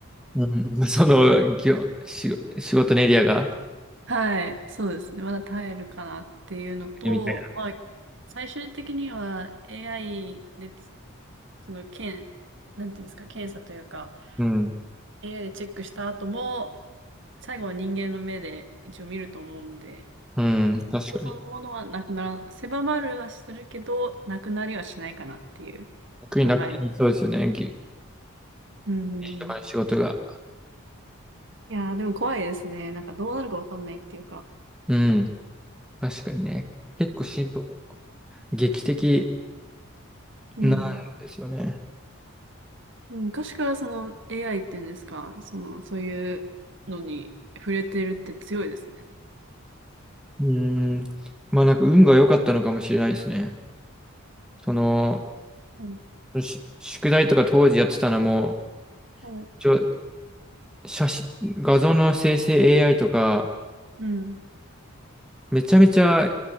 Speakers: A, in the centre; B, on the right.
A: うん、<laughs> その業、仕、仕事のエリアが
B: はい、そうですね。まだ耐えるかなっていうのと、
A: みたいな。
B: まあ最終的には AI でつ、その、検、なんていうんですか、検査というか、
A: うん。
B: AI でチェックした後も、最後は人間の目で一応見ると思うんで、
A: うん。確かに。
B: そのものはなくなら、狭まるはするけど、なくなりはしないかなっていう考え。
A: 逆に楽にそうですよね。ぎ、
B: うんうんうん。
A: とかの仕事が。
B: いやー、でも怖いですね。なんかどうなるかわかんないっていうか。
A: うん。確かにね。結構進歩、劇的
B: うん。
A: なんですよね。
B: でも昔からその AI っていうんですか、その、そういうのに触れてるって強いですね。
A: うん。まあなんか運が良かったのかもしれないですね。その、
B: はい。
A: し宿題とか当時やってたのも、
B: はい。
A: ちょ、写真、画像の生成 AI とか、
B: うん。
A: めちゃめちゃク